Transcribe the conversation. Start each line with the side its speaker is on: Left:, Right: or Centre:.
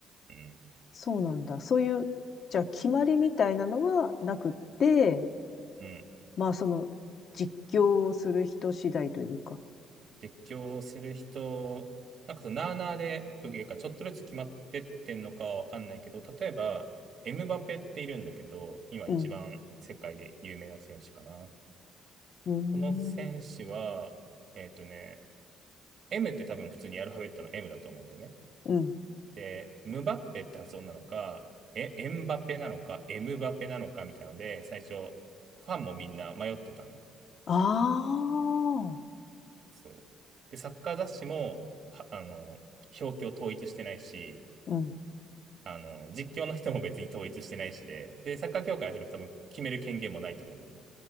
Right: うん。
Left: そうなんだ。そういう、じゃあ決まりみたいなのはなくって、
Right: うん。
Left: まあその、実況をする人次第というか。
Right: 絶叫する人、なんかそのなあなあで、というか、ちょっとずつ決まってってんのかはわかんないけど、例えば、エムバペっているんだけど、今一番世界で有名な選手かな。
Left: うん、うー
Right: この選手は、
Left: ん、
Right: えっとね、M って多分普通にアルファベットの M だと思うんだよね。
Left: うん。
Right: で、ムバッペって発音なのか、え、エンバペなのか、エムバペなのかみたいなので、最初、ファンもみんな迷ってたのよ。
Left: ああ。
Right: そう。で、サッカー雑誌も、はあの、表記を統一してないし、
Left: うん。
Right: あの、実況の人も別に統一してないしで、で、サッカー協会はそれ多分決める権限もないと思うんだよね。